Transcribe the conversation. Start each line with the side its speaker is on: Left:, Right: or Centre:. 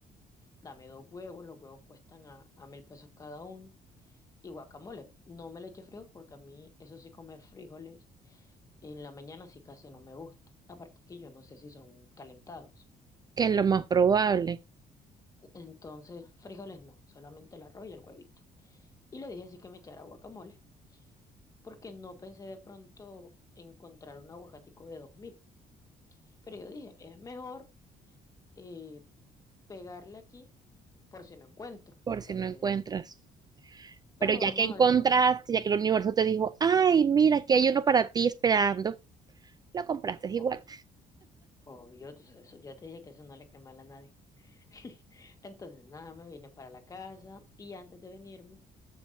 Left: Dame dos huevos, los huevos cuestan a, a mil pesos cada uno. Y guacamole, no me le eche frijol porque a mí, eso sí, comer frijoles en la mañana sí casi no me gusta. Aparte que yo no sé si son calentados.
Right: que es lo más probable,
Left: Entonces, frijoles no, solamente el arroz y el huevito. Y le dije así que me echara guacamole, porque no pensé de pronto encontrar un aguacatico de dos mil Pero yo dije, es mejor eh, pegarle aquí por si no encuentro.
Right: por
Left: Entonces,
Right: si no encuentras.
Left: pero
Right: Pero ya
Left: vamos
Right: que encontraste,
Left: a ver qué.
Right: ya que el universo te dijo, ay, mira, aquí hay uno para ti esperando, lo compraste igual.
Left: Ob- Obvio, tú sabes, eso- yo te dije que eso no le quema a nadie. <laughs> Entonces, nada, me vine para la casa y antes de venirme,